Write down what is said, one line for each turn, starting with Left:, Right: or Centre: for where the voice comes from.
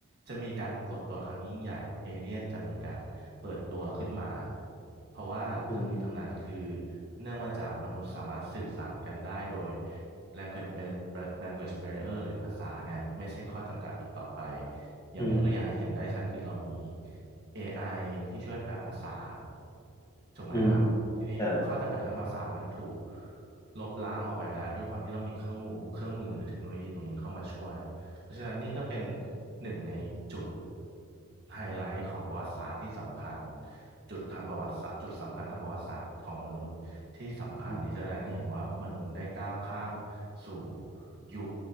Right: จะมีการปรากฏตัวครั้งยิ่งใหญ่เอเลี่ยนจะมีการเปิดตัวขึ้นมาเพราะว่าทั้งนี้ทั้งนั้นคือ
Left: อืม
Right: เนื่องมาจากมนุษย์สามารถสื่อสารกันได้โดย language bar- bar- language barrier หรือภาษาเนี่ยไม่ใช่ข้อจำกัดอีกต่อไปอย่างยกตัวอย่างให้เห็นได้ชัดคือเรามี
Left: อืม
Right: AI ที่ช่วยแปลภาษาถูกไหมครับทีนี้ข้อจำกัดทางภาษามันถูก
Left: อืมครับ
Right: ลบล้างออกไปแล้วด้วยความที่เรามีเครื่องมือเครื่องมือหรือเทคโนโลยีตรงนี้เข้ามาช่วยเพราะฉะนั้นนี่ก็เป็นหนึ่งในจุดไฮไลท์ของประวัติศาสตร์ที่สำคัญจุดทางประวัติศาสตร์จุดสำคัญทางประวัติศาสตร์ของมนุษย์ที่สำคัญที่จะแสดงให้เห็นว่ามนุษย์ได้ก้าวข้าม
Left: อืม
Right: สู่ยุค